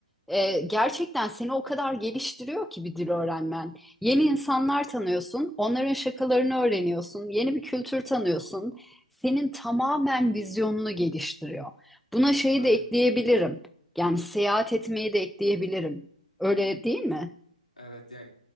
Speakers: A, in the centre; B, on the left.
A: e, gerçekten seni o kadar geliştiriyor ki bir dil öğrenmen. Yeni insanlar tanıyorsun, onların şakalarını öğreniyorsun, yeni bir kültür tanıyorsun. Senin tamamen vizyonunu geliştiriyor. Buna şeyi
B: Ya aynen.
A: de ekleyebilirim. Yani seyahat etmeyi de ekleyebilirim. Öyle değil mi?
B: Evet yani